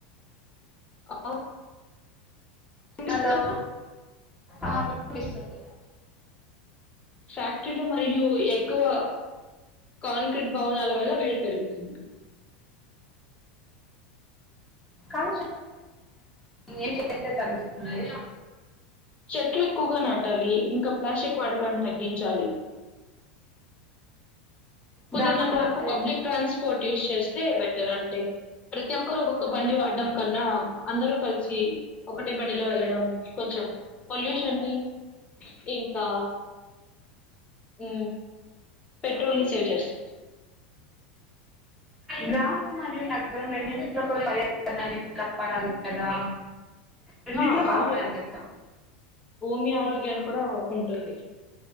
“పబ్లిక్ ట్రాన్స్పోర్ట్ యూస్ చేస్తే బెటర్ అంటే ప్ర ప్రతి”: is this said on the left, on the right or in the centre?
Left